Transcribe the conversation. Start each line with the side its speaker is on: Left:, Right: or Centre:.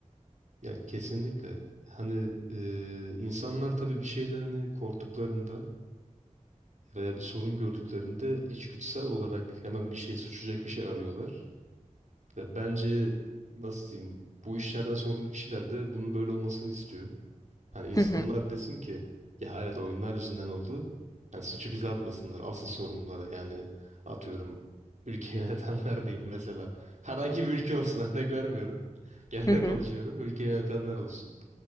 Right: Ya kesinlikle. Hani e, insanlar tabii bir şeyde hani korktuklarında veya bir sorun gördüklerinde içgüdüsel olarak hemen bir şey suçlayacak bir şey arıyorlar. Ya bence nasıl diyeyim bu işlerden sorumlu kişiler de bunun böyle olmasını istiyor. Hani insanlar
Left: Hı hı.
Right: desin ki ya evet oyunlar yüzünden oldu. Yani suçu bize atmasınlar asıl sorumlulara yani atıyorum ülke <laughs> yönetenler diyeyim mesela. Herhangi bir ülke olsun <laughs> örnek vermiyorum. Genel
Left: Hı hı.
Right: konuşuyorum ülke yönetenler olsun.